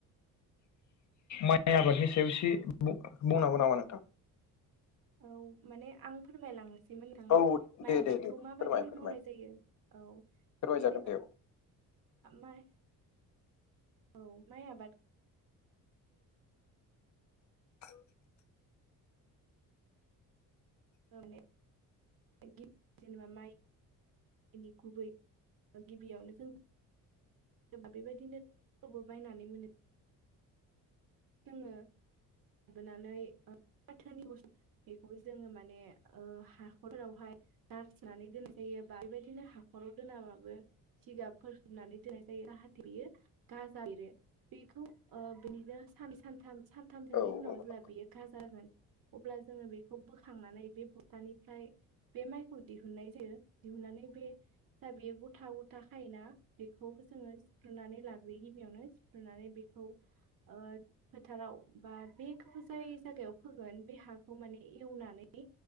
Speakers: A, on the left (about 50°); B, on the right (about 60°).
A: माइ आबादनि सायाव एसे बुं बुंनांगौ नामा नोंथां?
B: औ माने आं फोरमायलांनोसै। <unintelligible> थांनो
A: औ
B: माइ
A: दे
B: आबादखौ
A: दे दे
B: माबादिहाय
A: फोरमाय फोरमाय
B: मावनाय जायो औ,
A: फोरमायजागोन
B: जेनेबा
A: दे
B: <unintelligible> औ माइ आबाद
A: <unintelligible>
B: <unintelligible> <unintelligible> जोंनि गुबै गिबियावनो जों बा बेबायदिनोबो बायनानै मोनो। जोङो लाबोनानै फाथोनि बस बेखौ जोङो माने हाखरावहाय नारसिननानै दोननाय जायो बा बेबायदिनो हाखराव दोनाबाबो सिगाब फथोबनानै दोननाय जायो जाहाथे बियो। गाजा एरो बेखौ बिदिनो सान सानथाम सानथामसोनि
A: औ औ
B: उनाव
A: औ
B: जेब्ला बियो <unintelligible> खा जागोन अब्ला जोङो बेखौ बोखांनानै बे बुथानिफ्राय बे माइखौ दिहुननाय जायो दिहुननानै बे जा बेयो गथा गथा खायोना। बेखौबो जोङो सिफ्रुनानै लाग्रोयो गिबियावनो सिफ्रुनानै बेखौ ओ फोथाराव बा बेखौ जाय जागायाव फोगोन बे हाखौ माने एवनानै